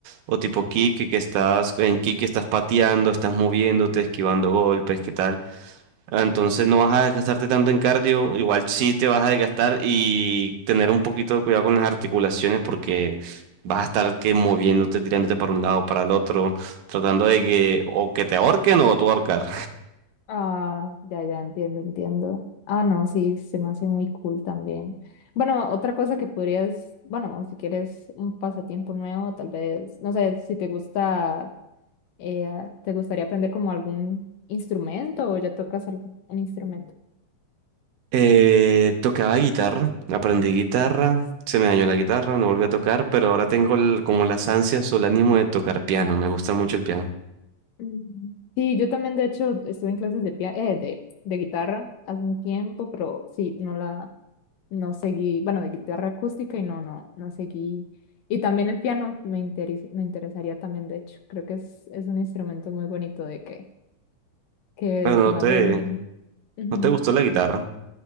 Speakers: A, on the right; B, on the left.
A: o tipo kick que estás en kick estás pateando, estás moviéndote, esquivando golpes, ¿qué tal? Entonces no vas a desgastarte tanto en cardio, igual sí te vas a desgastar y tener un poquito de cuidado con las articulaciones porque vas a estar que moviéndote, tirándote para un lado, para el otro, tratando de
B: Mm.
A: que o que te ahorquen o tú ahorcar.
B: Ah, ya, ya, entiendo, entiendo. Ah, no, sí, se me hace muy cool también. Bueno, otra cosa que podrías, bueno, si quieres un pasatiempo nuevo, tal vez, no sé, si te gusta Eh, ¿te gustaría aprender como algún instrumento o ya tocas algún un instrumento?
A: Eh, tocaba guitarra, aprendí guitarra, se me dañó la guitarra, no volví a tocar, pero ahora tengo el- como las ansias o el ánimo de tocar piano, me gusta mucho el piano.
B: Mm, Sí, yo también de hecho estuve en clases de, pia- eh, de, de guitarra hace un tiempo, pero sí, no la, no seguí, bueno, de guitarra acústica y no, no, no seguí. Y también el piano me interes- me interesaría también, de hecho, creo que es, es un instrumento muy bonito de que, que
A: Pero no
B: se me
A: te,
B: hace, mm, ujú,
A: no te gustó la guitarra.